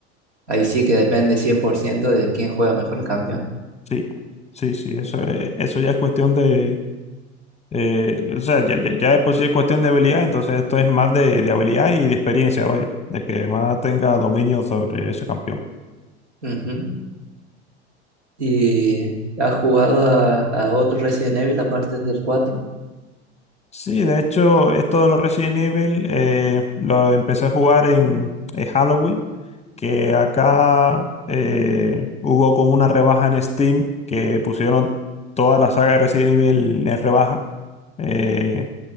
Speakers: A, on the right; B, on the left.
A: ahí sí que depende 100% de quién juega mejor el campeón.
B: Sí, sí, sí, eso, es- eso ya es cuestión de... eh, o sea, ya, ya, ya de por sí es cuestión de habilidad, entonces esto es más de, de habilidad y de experiencia, vaya, de que más tenga dominio sobre ese campeón.
A: Ujú. ¿Y has jugado a, a otro Resident Evil aparte del cuatro
B: Sí, de hecho, esto de los Resident Evil eh, lo empecé a jugar en, en Halloween, que acá eh, hubo como una rebaja en Steam que pusieron toda la saga de Resident Evil en rebaja, eh,